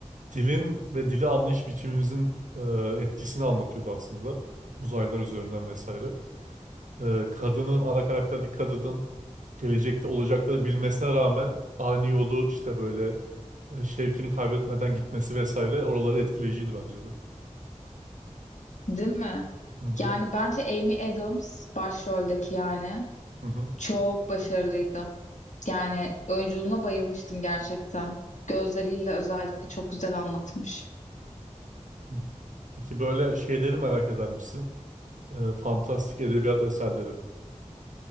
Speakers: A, on the right; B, on the left.
A: Dilin ve dili anlayış biçimimizin e, etkisini anlatıyordu aslında. Uzaylılar üzerinden vesaire. E, kadının, ana karakterdeki kadının gelecekte olacakları bilmesine rağmen ani yolu işte böyle e, şevkini kaybetmeden gitmesi vesaire oraları etkileyiciydi bence de.
B: değil mi?
A: Hı hı.
B: Yani bence Amy Adams başroldeki yani
A: Hı hı.
B: çok başarılıydı. Yani oyunculuğuna bayılmıştım gerçekten. Gözleriyle özellikle çok güzel anlatmış.
A: Hı. Peki böyle şeyleri merak eder misin? E, fantastik edebiyat eserleri.